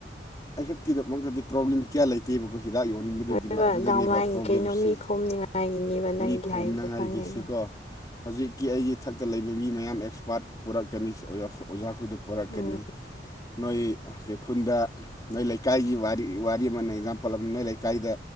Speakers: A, on the left; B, on the left.
A: ꯑꯩꯍꯛꯀꯤꯗꯃꯛꯇꯗꯤ ꯄ꯭ꯔꯣꯕ꯭ꯂꯦꯝ ꯀꯌꯥ ꯂꯩꯇꯦꯕꯀꯣ ꯍꯤꯗꯥꯛ ꯌꯣꯟ__ ꯅꯤꯡꯕꯗꯨꯗꯤꯃꯥ
B: ꯑꯗꯨꯒ
A: ꯑꯗꯨꯗꯅꯦꯕ
B: ꯗꯥꯎꯃꯥꯏ
A: ꯄ꯭ꯔꯣꯕ꯭ꯂꯦꯝꯁꯦ
B: ꯀꯩꯅꯣ ꯃꯤ ꯈꯣꯝꯅꯤꯡꯉꯥꯏꯒꯤꯅꯦꯕ ꯅꯪꯒꯤ
A: ꯃꯤ ꯈꯣꯝꯅꯉꯥꯏꯒꯤꯁꯤꯀꯣ
B: ꯍꯥꯏꯗꯣ ꯈꯪꯉꯦꯕ
A: ꯍꯧꯖꯤꯛꯀꯤ ꯑꯩꯒꯤ ꯊꯛꯇ ꯂꯩꯕ ꯃꯤ ꯃꯌꯥꯝ ꯑꯦꯛꯁꯄꯥꯔꯠ ꯄꯨꯔꯛꯀꯅꯤꯖ ꯑꯣꯖꯥꯈꯣ__ ꯑꯣꯖꯥꯈꯣꯏꯗ ꯄꯣꯔꯛꯀꯅꯤ
B: ꯎꯝ
A: ꯅꯣꯏ ꯑꯣꯈꯦ ꯈꯨꯨꯟꯗ ꯅꯣꯏ ꯂꯩꯀꯥꯏꯒꯤ ꯋꯥꯔꯤ ꯋꯥꯔꯤ ꯑꯃꯅ ꯑꯦꯛꯖꯥꯝꯄꯜ ꯑꯝ ꯅꯣꯏ ꯂꯩꯀꯥꯏꯗ__